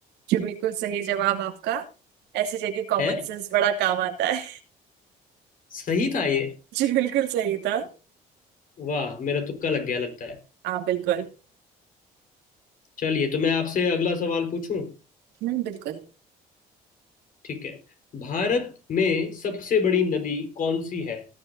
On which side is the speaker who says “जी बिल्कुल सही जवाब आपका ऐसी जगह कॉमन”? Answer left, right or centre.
Right